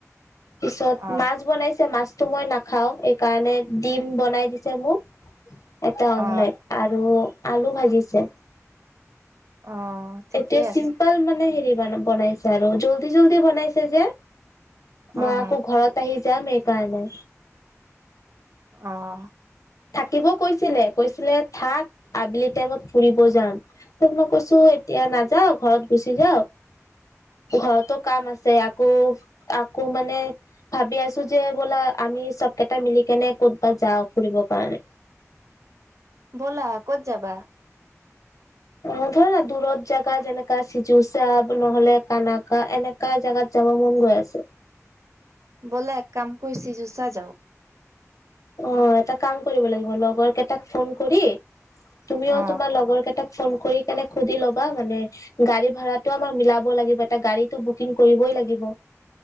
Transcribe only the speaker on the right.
অ',
অ'।
অ', ঠিকেই
আছে।
অ',
অ'।
অহ।
ব'লা ক'ত যাবা?
বলা এক কাম কৰো চিজোছা যাও
অ',